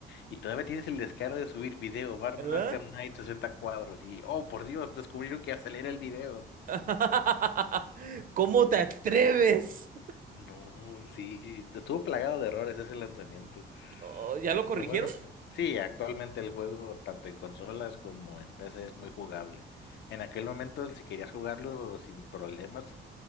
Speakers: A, on the left; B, on the right.
A: y todavía tienes el descaro de subir video, Batman
B: ¿Verdad?
A: Arkham Knight 60 cuadros, y oh por Dios, descubrieron que acelera el video.
B: <laughs> ¿Cómo te atreves?
A: No, sí, estuvo plagado de errores ese lanzamiento.
B: No, ¿ya lo corrigieron?
A: Lo bueno es, sí, actualmente el juego, tanto en consolas como en PC, es muy jugable. En aquel momento, si querías jugarlo sin problemas,